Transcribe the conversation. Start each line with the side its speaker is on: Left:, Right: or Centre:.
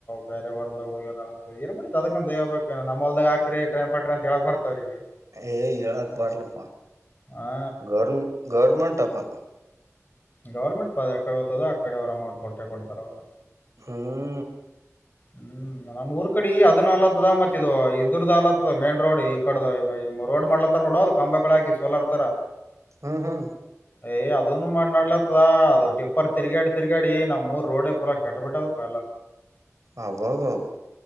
Left: ಬೇರೆವರ್ಲ್ದ ಹೋಗಿರ ಅಂತ ಏನ್ ಮಾಡತ ಅದಕಂದ ದಯ ಬ ನಮ್ಮಲ್ದ ಹಾಕಿ ಟ್ರನ್ ಪಟ್ರ ಅಂತ ಹೇಳಕ್ ಬರುತ್ತೆ ಅವರಿಗೆ
Right: ಏಯ್ ಹೇಳಕ್ಕೆ ಬರ್ಲಿಪ್ಪ
Left: ಹಾ
Right: ಗರ್ ಗರ್ಮೆಂಟಾಪ್ಪ
Left: ಗೌರ್ಮೆಂಟ್ ಪದ ಎಕಡೆ ಹ್ದ ಅಡೆ ಅವರು ಅಮೌಂಟ್ ಕೊಟ್ಟೇ ಕೊಡ್ತಾರೆ ಅವರು
Right: ಹ್ಮ್
Left: ಹ್ಮ್ ನಮ್ ಊರ್ ಕಡೆ ಅದನ್ ಅಲತ್ತದ ಮತ್ತ ಇದು ಇದರ್ದು ಅಲತ್ತದ ಮೇನ್ ರೋಡ್ ಈ ಕಡ ರೋಡ್ ಮಾಡ್ಲತ್ತ ನೋಡೋದು ಕಂಬಗಳ ಹಾಕಿ ಸೋಲರ್ ತರ
Right: ಹ್ಮ್ ಹ್ಮ
Left: ಯ್ ಅದನು ಮಾಡನಾಡ್ಲತ್ತ ಅದು ಟಿಪ್ಪರ್ ತಿರ್ಗಾಡಿ ತಿರ್ಗಾಡಿ ನಮ್ಮೂರ್ ರೋಡ್ ಪುಾರ ಕಟಬೇಟ್ಟಾ ತಪ್ಪ ಎಲ್ಲ
Right: ಅಬ್ಬಬ್ಬಾ